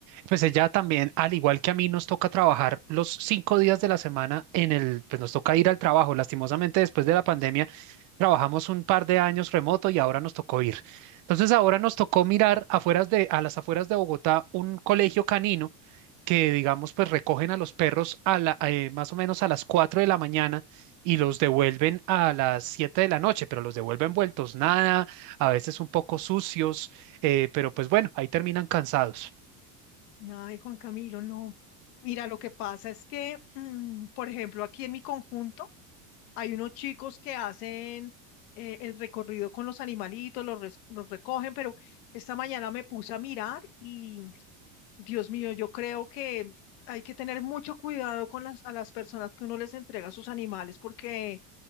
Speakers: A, on the right; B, on the left.
A: pues ella también, al igual que a mí, nos toca trabajar los cinco días de la semana en el, pues nos toca ir al trabajo. Lastimosamente, después de la pandemia, trabajamos un par de años remoto y ahora nos tocó ir. Entonces, ahora nos tocó mirar afueras de, a las afueras de Bogotá un colegio canino que, digamos, pues recogen a los perros a la, eh, más o menos a las cuatro de la mañana y los devuelven a las 7 de la noche, pero los devuelven vueltos nada, a veces un poco sucios, eh, pero pues bueno, ahí terminan cansados.
B: Ay, Juan Camilo, no. Mira, lo que pasa es que, mm, por ejemplo, aquí en mi conjunto, Hay unos chicos que hacen eh, el recorrido con los animalitos, los, res- los recogen, pero esta mañana me puse a mirar y, Dios mío, yo creo que hay que tener mucho cuidado con las, a las personas que uno les entrega sus animales, porque